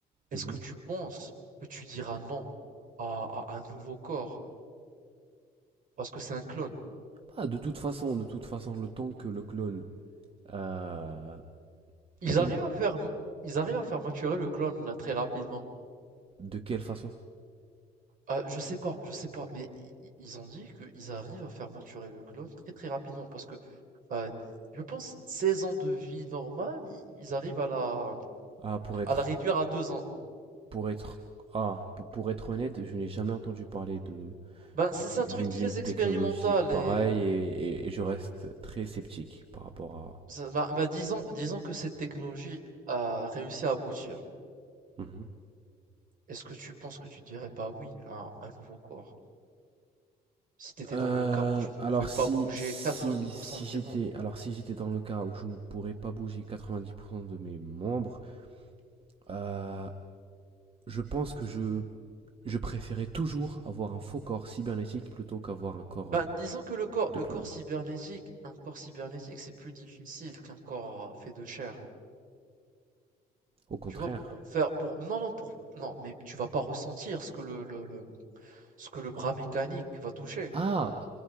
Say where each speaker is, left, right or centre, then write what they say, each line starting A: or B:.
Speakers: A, on the right; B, on the right.
A: Est-ce
B: Mhm.
A: que tu penses que tu diras non à, à un nouveau corps parce que c'est un clone?
B: Bah, de toute façon, de toute façon, le temps que le clone... euh,
A: Ils
B: le temps
A: arrivent à faire, ils arrivent à faire maturer le clone très rapidement.
B: de quelle façon?
A: Ah, je sais pas, je sais pas, mais i i ils ont dit qu'ils arrivent à faire maturer le clone très, très rapidement parce que, heu, je pense 16 ans de vie normale, i ils arrivent à la
B: Ah, pour être...
A: à la réduire à 2 ans.
B: Pour être... Ah, pour, pour être honnête, je n'ai jamais entendu parler de
A: Ben, c'est c'est un truc
B: d'une
A: très
B: d'une
A: expérimental
B: technologie pareille
A: et
B: et, et, et je reste très sceptique par rapport à.
A: ça va ben, disons disons que cette technologie a réussi à aboutir.
B: Mhm.
A: Est-ce que tu penses que tu dirais pas oui à un nouveau corps? Si tu étais
B: Euh,
A: dans le cas où tu ne
B: alors
A: pouvais pas
B: si
A: bouger
B: si
A: 90
B: si
A: de
B: j'étais
A: tes membres?
B: alors si j'étais dans le cas où je ne pourrais pas bouger 90% de mes membres, euh, je pense que je je préférais toujours avoir un faux corps cybernétique plutôt qu'avoir un corps
A: Bah,
B: euh,
A: disons que le corps
B: de
A: le
B: clone.
A: corps cybernétique un corps cybernétique, c'est plus difficile qu'un corps, heu, fait de chair.
B: Au contraire.
A: Tu vois? Pour faire pour non, non, pour non, mais tu vas pas ressentir ce que le le le ce que le bras mécanique va toucher.
B: Ah